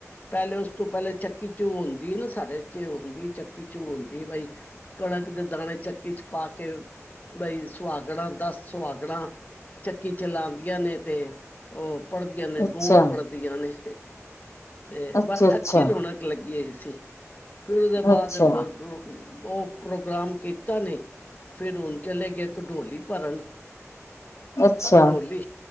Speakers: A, on the left; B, on the left.
A: ਪੈਲੇ ਉਸ ਤੋਂ ਪੈਲੇ ਚੱਕੀ ਚੋਨ ਕੀਨੂੰ ਸਾਡੇ ਏਥੇ ਹੁੰਦੀ ਚੱਕੀ ਚੂਨ ਦੀ ਬਈ ਕਣਕ ਦੇ ਦਾਣੇ ਚੱਕੀ ਚ ਪਾ ਕੇ ਬਈ ਸੁਹਾਗਨਾ ਦਸ ਸੁਹਾਗਨਾ ਚੱਕੀ ਚਲਾਂਦੀਆਂ ਨੇ ਤੇ ਓ ਪੜ੍ਹਦੀਆਂ ਨੇ
B: ਅੱਛਾ।
A: ਗੋਨ ਪੜ੍ਹਦੀਆਂ ਨੇ। ਤੇ
B: ਅੱਛਾ-ਅੱਛਾ,
A: ਬਸ ਅੱਛੀ ਰੌਨਕ ਲੱਗੀ ਹੋਈ ਸੀ ਫਿਰ ਓਦੇ ਬਾਦ
B: ਅੱਛਾ,
A: ਓ ਪ੍ਰੋਗਰਾਮ ਕੀਤਾ ਨੀ, ਫੇਰ ਹੁਨ ਚਲੇ ਗਏ ਕਡੋਲੀ ਭਰਨ।
B: ਅੱਛਾ,
A: ਕਡੋਲੀ,